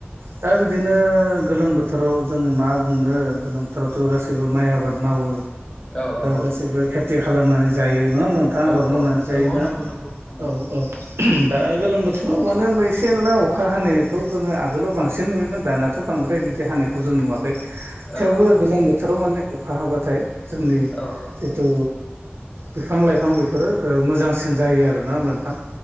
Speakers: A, on the right; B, on the left.
A: दा बिदिनो गोलोम बोथोराव जों मा बुंनो गोलोमथारावथ' ओ गासैबो माइ आबाद मावो
B: औ औ
A: गासैबो खे थि खालामनानै जायो नङा होमबा नोंथां? आबाद
B: औ
A: मावनानै
B: औ
A: जायो
B: नंगौ
A: ना
B: नंगौ नंगौ नोंथां नंगौ
A: औ औ दा गोलोम बोथोराव मानो होनबा एसे एनला अखा हानाय थ' जोङो आगोलाव बांसिन नुयोमोन दानाथ' बांद्राय बिदि हानायखौ जों नुवाखै। थेवबो
B: औ
A: गोलोम बोथोराव माने अखा हाब्लाथाय जोंनि
B: औ औ
A: खिथु बिफां लाइफां बेफोरो ओ मोजांसिन जायो आरो ना होमबा नोंथां।